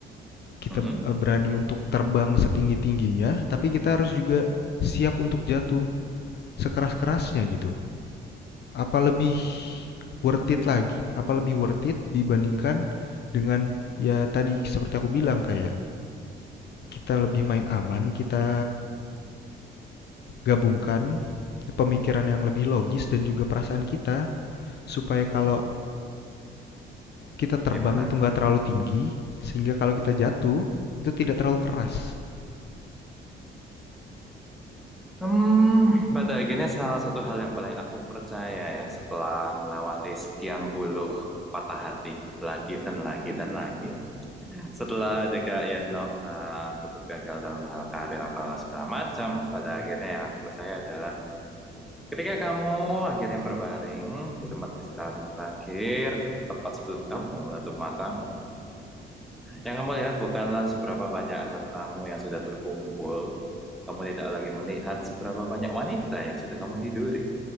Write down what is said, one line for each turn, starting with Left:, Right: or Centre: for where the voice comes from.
Left: kita
Centre: Mm-mm.
Left: eh, berani untuk terbang setinggi-tingginya, tapi kita harus juga siap untuk jatuh sekeras-kerasnya gitu. Apa lebih worth it lagi? Apa lebih worth it dibandingkan dengan ya tadi seperti aku bilang kayak kita lebih main aman, kita gabungkan pemikiran yang lebih logis dan juga perasaan kita supaya kalau kita terbang
Centre: Gimana
Left: itu
Centre: tuh?
Left: nggak terlalu tinggi, sehingga kalau kita jatuh itu tidak terlalu keras.
Centre: Hmm, pada akhirnya salah satu hal yang paling aku percaya ya setelah melewati sekian puluh patah hati lagi dan lagi dan lagi Setelah juga ya no eh, cukup gagal dalam hal karir apa segala macam, pada akhirnya yang aku percaya adalah ketika kamu akhirnya berbaring di tempat istirahatmu terakhir, tepat sebelum kamu menutup matamu, yang kamu lihat bukanlah seberapa banyak hartamu yang sudah terkumpul, kamu tidak lagi melihat seberapa banyak wanita yang sudah kamu tiduri,